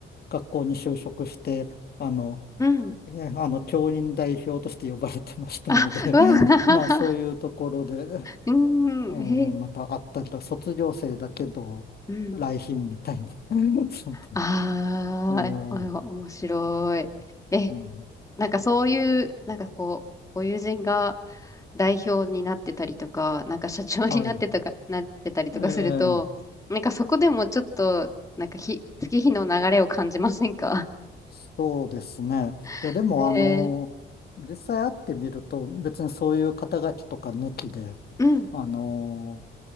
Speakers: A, on the left; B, on the left.
A: 学校に就職して、あの、
B: うん。
A: えあの、教員代表として呼ばれてましたので、
B: あ、うわ、<laughs>
A: <laughs> まあそういうところで、
B: うーん。
A: えーまた会ったりと、
B: へえ。
A: 卒業生だけど、
B: うん。
A: 来賓みたいな、<laughs> そんな
B: ああ、
A: えー
B: お面白い。え、
A: えー
B: なんかそういう、なんかこう、ご友人が代表になってたりとか、なんか社長になってたか、
A: はい。
B: <laughs> なってたりとかすると、
A: ええ
B: なんかそこでもちょっと、なんか日、月日の流れを感じませんか
A: そうですね。
B: <laughs>
A: いや、でも、あの、
B: で、
A: 実際会ってみると、別にそういう肩書きとか抜きで、
B: うん。
A: あの、